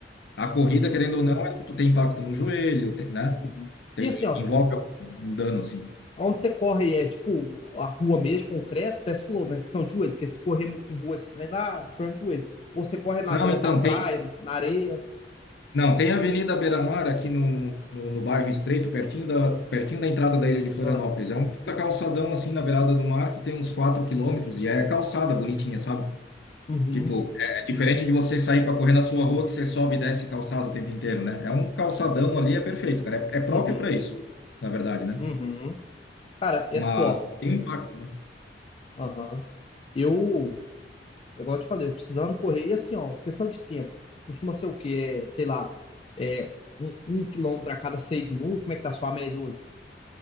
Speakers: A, on the left; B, on the left.
A: A corrida,
B: uhum,
A: querendo ou não, ela- tu tem impacto no joelho, tem- né?
B: uhum.
A: Tem,
B: E assim, ó,
A: envolve um dano, assim.
B: Onde você corre é tipo a rua mesmo, concreto, até se falou, né? Questão de joelho, porque se correr muito em rua, esse trem dá dá problema de joelho. Ou você corre na
A: Não,
B: beira
A: então,
B: da praia,
A: tem,
B: na areia.
A: Não, tem a Avenida Beira-Mar aqui no, no, no, no bairro Estreito, pertinho da, pertinho da entrada da ilha de Florianópolis.
B: Ah,
A: É um puta calçadão assim na beirada do mar que tem uns 4 quilômetros e é calçada bonitinha, sabe?
B: uhum,
A: Tipo, é diferente de você sair para correr na sua rua que você sobe e desce calçado o tempo inteiro, né? É um calçadão ali, é perfeito, cara. É, é próprio
B: uhum,
A: para isso, na verdade, né?
B: uhum. Cara, é
A: Mas
B: top.
A: tem um impacto, né?
B: Aham. Eu, igual eu te falei, eu precisando correr, e assim, ó, questão de tempo. Costuma ser o quê? É, sei lá, é um, um quilômetro a cada seis minutos. Como é que tá a sua média hoje?